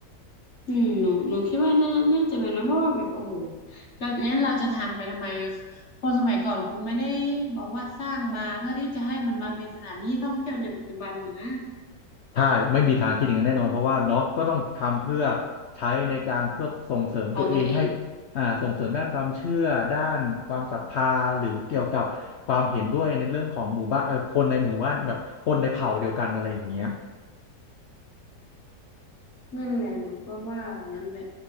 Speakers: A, on the left (about 45°); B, on the left (about 85°).
A: อืมหนูหนูคิดว่าน่าน่าจะเป็นนะเพราะว่าแบบโอ้โหเราเนี้ยเราจะทำไปทำไมคนสมัยก่อนคงไม่ได้บอกว่าสร้างมาเพื่อที่จะให้มันมาเป็นสถานที่ท่องเที่ยวในปัจจุบันนะนะ
B: ใช่ไม่มีทางคิดอย่างนั้นแน่นอนเพราะว่าเนาะก็ต้องทำเพื่อใช้ในการเพื่อส่งเสริมตัวเองให้
A: ของตัวเอง
B: อ่าส่งเสริมด้านความเชื่อด้านความศรัทธาหรือเกี่ยวกับความเห็นด้วยในเรื่องของหมู่บ้านเอ่อคนในหมู่บ้านแบบคนในเผ่าเดียวกันอะไรอย่างเงี้ย
A: นั่นแหละหนูก็ว่างั้นแหละ